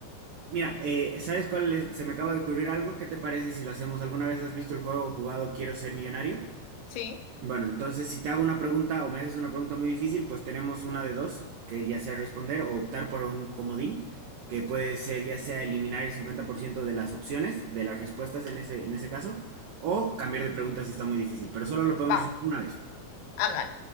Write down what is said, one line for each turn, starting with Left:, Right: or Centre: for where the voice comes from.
Right: Mira, eh, ¿sabes cuál es? Se me acaba de ocurrir algo. ¿Qué te parece si lo hacemos? ¿Alguna vez has visto el juego o jugado Quiero ser millonario?
Left: ¿Sí?
Right: Bueno, entonces si te hago una pregunta o me haces una pregunta muy difícil, pues tenemos una de dos, que ya sea responder o optar por un comodín, que puede ser ya sea eliminar el 50% de las opciones, de las respuestas en ese, en ese caso, o cambiar de pregunta si está muy difícil, pero solo lo podemos
Left: Va,
Right: usar una vez.
Left: hágale.